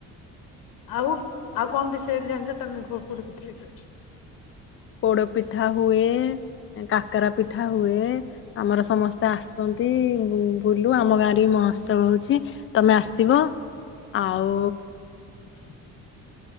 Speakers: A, on the left; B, on the left.
A: ଆଉ ଆଉ କଣ ବିଷୟରେ ଜାଣିଛ ତମେ ପୋଡ଼ପିଠା ବିଷୟରେ?
B: ପୋଡ ପିଠା ହୁଏ। କାକାରା ପିଠା ହୁଏ।। ଆମର ସମସ୍ତେ ଆସନ୍ତି ବୁଲୁ ଆମ ଗାଁରେ ବି ମହୋତ୍ସବ ହଉଛି। ତମେ ଆସିବ ଆଉ
A: <unintelligible>